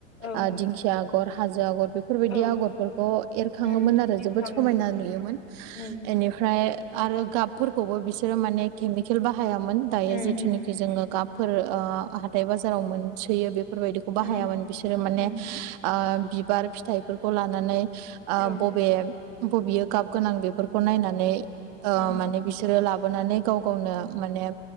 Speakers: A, on the left (about 75°); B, on the right (about 30°).
A: औ
B: ओ दिंखिया आगर हाजो आगर। बेफोरबायदि
A: औ
B: आगरफोरखौ एरखाङोमोन
A: उम
B: आरो
A: एरखाङोमोन
B: जोबोद समायना नुयोमोन
A: उम
B: एनिफ्राय आरो गाबफोरखौबो बिसोरो माने केमिकेल बाहायामोन दायो
A: उम
B: जिथुनाखि
A: उम
B: जोङो गाब फोर ओ हाथाय बाजाराव मोनसोयो बेफोरबायदिखौ बाहायामोन
A: उम
B: बिसोरो माने
A: उम
B: आ बिबार फिथाइफोरखौ लानानै आ
A: औ
B: बबे बबेयो गाब गोनां बेफोरखौ नायनानै ओ
A: उम
B: माने बिसोरो लाब बोनानै गाव गावनो माने